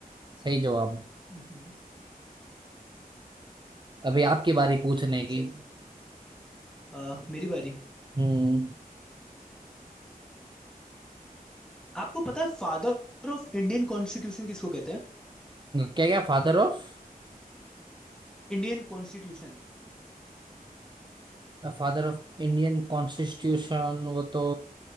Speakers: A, on the right; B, in the centre.
A: सही जवाब
B: हम्म,
A: अभी आपकी बारी पूछने की
B: से- आ, मेरी बारी
A: हम्म
B: आपको पता है फादर ऑफ इंडियन कॉन्स्टिट्यूशन किसको कहते हैं
A: क्या क्या father of
B: Indian constitution
A: Father of Indian constitution वो तो